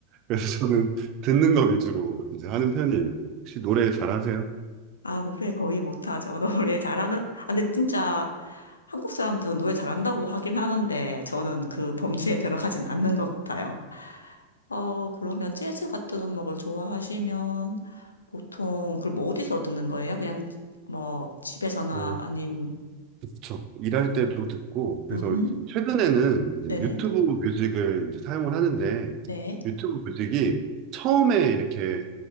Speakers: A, on the right (about 40°); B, on the left (about 75°).
A: 그래서 저는 듣는 거 위주로 이제 하는 편이에요. 혹시 노래 잘하세요?
B: 아 노래 거의 못하죠. <laughs> 노래 잘하는 아, 근데 진짜 한국 사람들은 노래 잘한다고 하긴 하는데 저는 그 범주에 들어가진 않는 것 같아요. 어, 그러면 재즈 같은 음악을 좋아하시면 보통 그럼 뭐 어디서 듣는 거예요? 그냥 뭐 집에서나
A: 어,
B: 아님
A: 그쵸. 일할 때도 듣고, 그래서
B: 음
A: 최근에는 이제
B: 네네.
A: 유튜브 뮤직을 이제 사용을 하는데,
B: 네.
A: 유튜브 뮤직이 처음에 이렇게